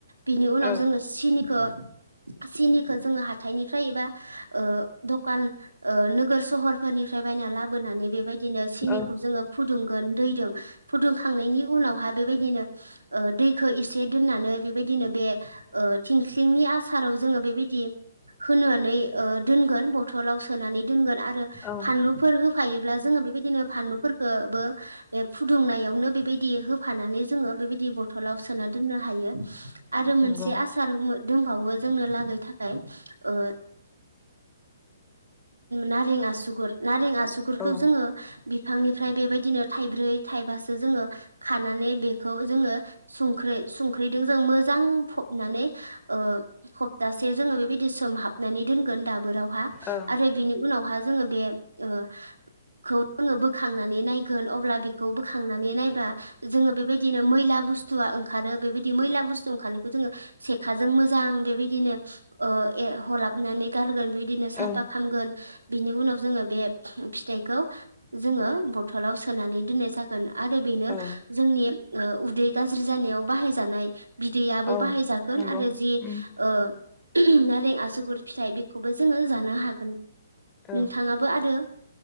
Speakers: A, on the right (about 80°); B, on the left (about 20°).
A: बिनि उनाव
B: औ
A: जोङो सिनि खौ सिनिखौ जोङो हाथाइनिफ्राय एबा ओ दखान ओ नोगोर सहरफोरनिफ्राय बायना लाबोनानै बेबायदिनो सिनिखौ
B: औ
A: जोङो फुदुंगोन दैदों फुदुं खांनायनि उनावहा बेबायदिनो ओ दैखौ एसे दोननानै बेबायदिनो बे ओ थिंख्लिंनि आसाराव जोङो बेबायदि होनानै ओ दोनगोन बथलाव सोनानै दोनगोन आ रो
B: औ
A: फानलुफोर होफायोब्ला जोङो बे बेदिनो फानलुफोरखौबो बे फुदुंनायावनो बेबायदि होफानानै जोङो बेबायदि ब थलाव सोना दोननो हायो आरो मोनसे
B: नंगौ
A: आसार मो दंबावो जोंनो लागै थाखाय ओ नारें आसुगुर नारें आ सुगुरखौ
B: औ
A: जोङो बि फांनिफ्राय बेबायदिनो थाइब्रै थाइबासो जोङो खानानै बेखौ जोङो संख्रै संख्रैदों जों मोजां फबनानै ओ हप्तासे जोङो बेबायदि सोमहाबनानै दोनगोन दाबोराव आ
B: औ
A: आरो बिनि उनावहा जोङो बे ओ खौ जोङो बोखांनानै नै नायगोन अब्ला बि खौ बोखांनानै नाय बा जोङो बेबायदि दिनो मैला बुस्थुआ ओंखारो बेबायदि मैला बुस्थु ओंखारनायखौ जोङो सेखाजों मोजां बेबायदिनो ओ ए हलाबनानै गारगोन बे दिनो
B: औ
A: साफा खालामगोन बिनि उनाव जोङो बे फिथाइखौ जोङो बथलाव सोनानै दोननाय जागोन आरो बेनो
B: औ
A: जोंनि ओ उदै गाज्रि जानायाव बाहायजानाय बिदैयाबो
B: औ
A: बाहायजागोन
B: नंगौ
A: आरो जि
B: उम
A: ओ <unintelligible> नारें आसुगुर फिथाइ बेखौबो जोङो जानो हागोन
B: औ
A: नोंथाङाबो आरो